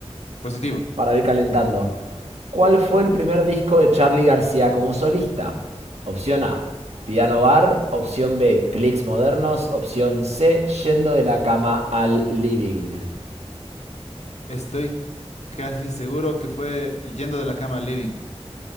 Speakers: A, on the left (about 85°); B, on the right (about 75°).
A: Positivo.
B: Para ir calentando. ¿Cuál fue el primer disco de Charly García como solista? Opción A, Piano Bar. Opción B, Clicks Modernos. Opción C, Yendo de la cama al living.
A: Estoy casi seguro que fue Yendo de la cama a Living.